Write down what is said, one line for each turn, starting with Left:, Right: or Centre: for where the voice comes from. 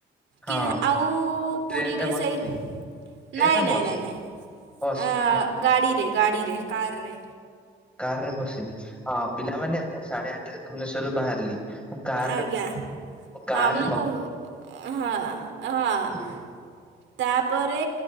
Centre: ହଁ
Right: କି ଆଉ
Centre: ମୁଁ ଟ୍ରେନରେ
Right: ପୁରୀରେ
Centre: ବସିଥିଲି
Right: ସେଇ
Centre: ଟ୍ରେନ
Right: ନାଇଁ
Centre: ନା
Right: ନାଇଁ
Centre: ବସ୍
Right: ନାଇଁ ନାଇଁ
Centre: ବସ୍
Right: ଆ
Centre: ନା
Right: ଗା ଗାଡ଼ିରେ ଗାଡ଼ିରେ କାର ରେ
Centre: କାର ରେ ବସିବି ହଁ ପିଲାମାନେ ମୁଁ ସାଢେ ଆଠରେ ଭୁବନେଶ୍ୱର ରୁ ବାହାରିଲି। ମୁଁ କାର
Right: ଆଜ୍ଞା
Centre: ରେ ଗାଁରେ
Right: ଆ, ମୁଁ କହୁ ହଁ ହଁ
Centre: <unintelligible>
Right: ତାପରେ